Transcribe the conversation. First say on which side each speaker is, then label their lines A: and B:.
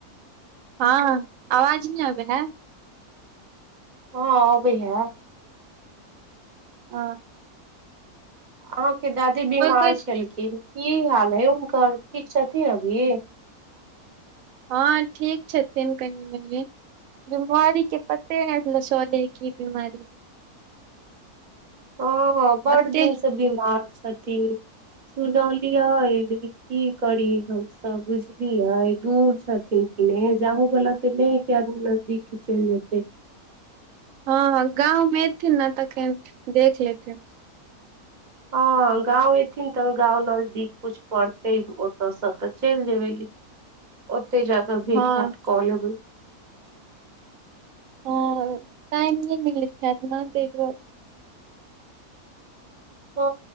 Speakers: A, on the right; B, on the right.
A: हँ आवाज नहि आबै है
B: हँ अबै है
A: ह
B: अहाँके दादी बीमार
A: कोइ
B: छलखिन की हाल है हुनकर ठीक छथिन अभी
A: हँ ठीक छथिन कनि मनि बमारीके पते नहि चलै हइ कि बिमारी
B: ओ बड्ड
A: एते
B: दिन से बीमार छै छथिन सुनलियै लेकिन की करी हमस बुझलियै दूर छथिन कि नहि जाहोवाला तऽ नहि कि नजदीक ही चलि जेतै
A: हँ गाँवमे एथिन ने तखन देख लेथिन
B: हँ गाँं एथिन तऽ गाँंव नजदीक कुछ पड़तै ओतऽसँ तऽ चलि जेबै ओतय जा कऽ भेंट
A: हँ
B: घांट कऽ लेबै
A: हँ टाइम नहि मिलैत हैत ना तै दुआरे
B: ह